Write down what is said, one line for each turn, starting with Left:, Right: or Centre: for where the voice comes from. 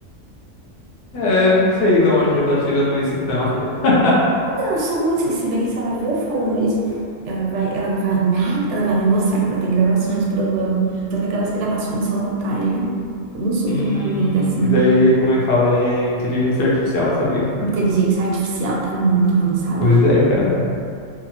Left: É, não sei de onde que ela tá tirando isso então. <laughs>
Right: Eu sou muito, se bem que se ela vê eu falando isso, ela vai, ela vai falar nada, ela vai me mostrar que ela tem gravações provando. Mas que aquelas gravações são montagem. Eu não sou
Left: Hum,
Right: tão barulhenta assim.
Left: e daí, como é que fala? É inteligência artificial, sabia?
Right: Inteligência artificial tá muito avançada
Left: Pois
Right: hoje.
Left: é, cara.